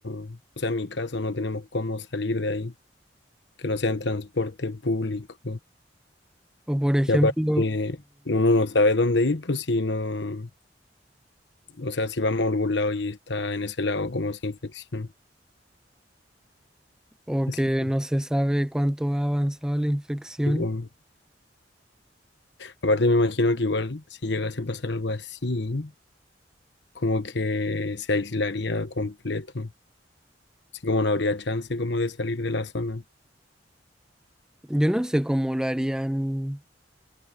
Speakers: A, on the left; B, in the centre.
A: o sea, en mi caso no tenemos cómo salir de ahí, que no sea en transporte público.
B: O, por ejemplo,
A: Y aparte, uno no sabe dónde ir, pues si no, o sea, si vamos a algún lado y está en ese lado como esa infección.
B: o
A: Así
B: que
A: que,
B: no se sabe cuánto ha avanzado la infección.
A: tipo, aparte me imagino que igual si llegase a pasar algo así, como que se aislaría completo. Así como no habría chance como de salir de la zona.
B: Yo no sé cómo lo harían